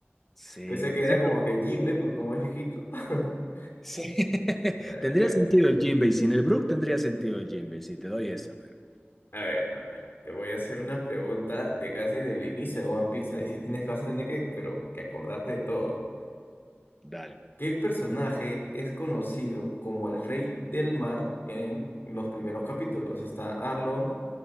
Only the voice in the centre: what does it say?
Sí,
siempre.
Sí. <laughs>
Tendría sentido el Jinbei, sin el Brook tendría sentido el Jinbei, sí, te doy esa, pero
dale.